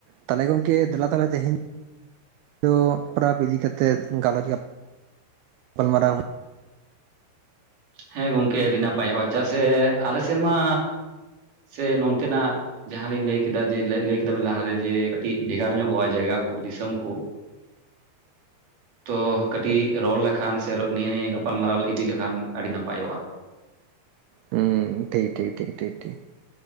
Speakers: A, on the right (about 80°); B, on the right (about 50°).
A: ᱛᱟᱦᱞᱮ ᱜᱚᱝᱠᱮ ᱫᱮᱞᱟ ᱛᱟᱦᱞᱮ ᱛᱮᱦᱮᱧ ᱫᱚ ᱯᱟᱨᱟᱯ ᱤᱫᱤ ᱛᱮ ᱜᱟᱞᱚᱪ ᱜᱟᱞᱚᱪ <inaudible> ᱜᱟᱯᱟᱞᱢᱟᱨᱟᱣ
B: ᱦᱮᱸ ᱜᱚᱢᱠᱮ ᱟᱹᱰᱤ ᱱᱟᱯᱟᱭᱚᱜ-ᱟ ᱪᱮᱫᱟᱜ ᱥᱮ ᱟᱞᱮ ᱥᱮᱫ ᱢᱟ ᱥᱮ ᱱᱚᱱᱛᱮᱱᱟᱜ ᱡᱟᱦᱟᱸ ᱞᱤᱧ ᱞᱟᱹᱭ ᱠᱮᱫᱟ ᱡᱮ ᱞᱟᱹᱭ ᱠᱮᱫᱟ ᱵᱮᱱ ᱞᱟᱦᱟᱨᱮ ᱡᱮ ᱠᱟᱹᱴᱤᱡ ᱵᱷᱮᱜᱟᱨ ᱧᱚᱜᱚᱜ-ᱟ ᱡᱟᱭᱜᱟ ᱠᱚ ᱫᱤᱥᱚᱢ ᱠᱚ <unintelligible> ᱛᱚ ᱠᱟᱹᱴᱤᱡ ᱨᱚᱲ ᱞᱮᱠᱷᱟᱱ ᱥᱮ ᱱᱤᱭᱟᱹ ᱱᱤᱭᱟᱹ ᱜᱟᱯᱟᱞᱢᱟᱨᱟᱣ ᱤᱫᱤ ᱞᱮᱠᱷᱟᱱ ᱟᱹᱰᱤ ᱱᱟᱯᱟᱭᱚᱜ-ᱟ
A: ᱦᱩᱸ ᱴᱷᱤᱠ ᱴᱷᱤᱠ ᱴᱷᱤᱠ ᱴᱷᱤᱠ ᱴᱷᱤᱠ